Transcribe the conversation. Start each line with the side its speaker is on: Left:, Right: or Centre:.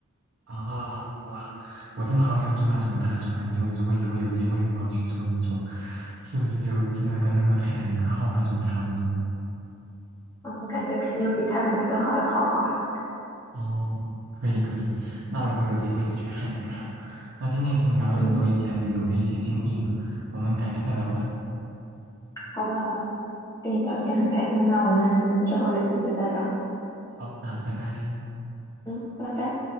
Right: 啊，哇！我真的好想坐那种大船，就如果以后有机会的话，我去坐一坐，是不是就真的跟那个泰坦尼克号那种差不多？
Left: 嗯，我感觉肯定比泰坦尼克号要豪华。
Right: 哦，可以可以，那我以后有机会就去看一看。那今天也跟你聊了很多以前旅游的一些经历呢，
Left: 嗯。
Right: 我们改天再聊吧。
Left: 好的，好的，跟你聊天很开心，那我们之后有机会再聊。
Right: 好，那拜拜。
Left: 嗯，拜拜。